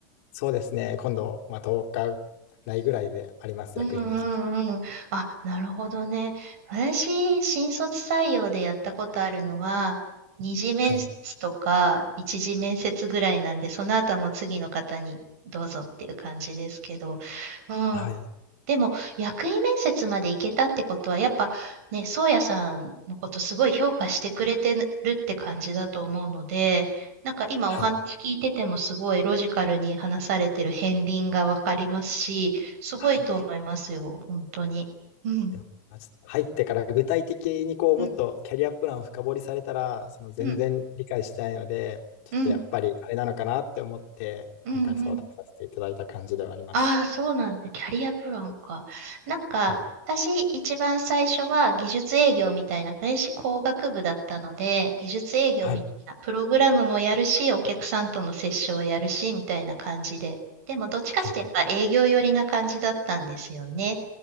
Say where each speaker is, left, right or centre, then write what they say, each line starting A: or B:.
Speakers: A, on the left; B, on the right.
A: そうですね、今度、まあ、10日ないぐらいであります、
B: うん
A: 役員面接。
B: うんうん。あ、なるほどね。私、新卒採用でやったことあるのは、二次面接とか一次面接ぐらいなんで、
A: はい。
B: その後はもう次の方にどうぞっていう感じですけど、うん。
A: はい。
B: でも、役員面接まで行けたってことは、やっぱね、宗谷さんのことすごい評価してくれてるって感じだと思うので、なんか今お話聞いててもすごいロジカルに話されてる片鱗がわかりますし、
A: はい。
B: すごいと思いますよ、
A: はい。
B: 本当に。うん、
A: でもまあちょっと入ってから具体的にこうもっとキャリアプランを深掘りされたらその全然理解してないのでちょっとやっぱりあれなのかなって思って今回相談させていただいた感じではあります。
B: うん、うん、うん、うん、うん。ああ、そうなんだ。キャリアプランか。なんか、
A: はい。
B: 私一番最初は技術営業みたいな、電子工学部だったので、技術営業みたいな、
A: はい。
B: プログラムもやるし、お客さんとの接触をやるし、みたいな感じで。でも、どっちかしてやっぱ営業寄りな感じだったんですよね。
A: はい。